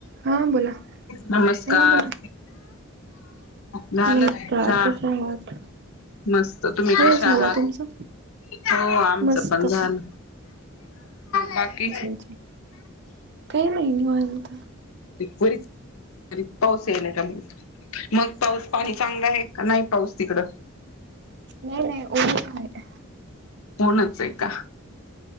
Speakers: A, on the right; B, on the left.
A: हा बोला
B: नमस्कार.
A: हा बोला
B: झालं
A: नमस्कार
B: चा
A: कसे आहात?
B: मस्त, तुम्ही
A: हो
B: कशा
A: झाला
B: आहात?
A: तुमचा?
B: हो आमचं
A: मस्त
B: पण
A: अच्छा
B: झालं. बाकी?
A: अच्छा काही नाही निवांत
B: वरी पाऊस येल का मग पाऊस पाणी चांगलं आहे का नाही पाऊस तिकड
A: नाही नाही ओढूक आहे
B: कोणच हे का?